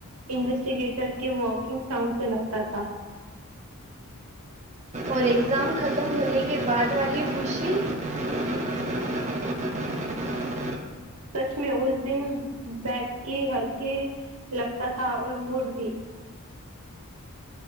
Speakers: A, on the right; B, on the right.
A: انویسٹیگیٹر کے واکنگ ساؤنڈ سے لگتا تھا
B: اور ایگزام ختم ہونے کے بعد والی خوشی <unintelligible>
A: سچ میں اس دن بگ کے ہلکے لگتا تھا اور مڑ بھی